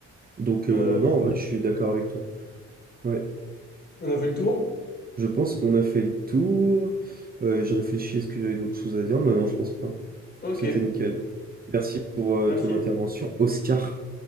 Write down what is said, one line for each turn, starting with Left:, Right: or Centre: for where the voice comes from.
Right: Donc,
Left: Voilà.
Right: euh, non, en vrai, je suis d'accord avec toi. Ouais,
Left: On a fait le tour?
Right: je pense qu'on a fait le tour. Euh, je réfléchis, est-ce que j'avais d'autres choses à dire? Mais non, je pense pas.
Left: Ok.
Right: C'était nickel. Merci pour euh,
Left: <clears throat> Merci.
Right: ton intervention, Oscar.